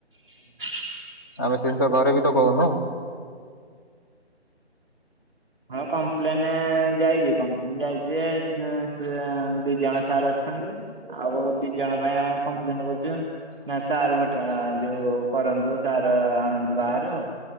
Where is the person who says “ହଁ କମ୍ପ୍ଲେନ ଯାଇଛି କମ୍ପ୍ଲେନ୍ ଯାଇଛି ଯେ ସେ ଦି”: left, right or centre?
Centre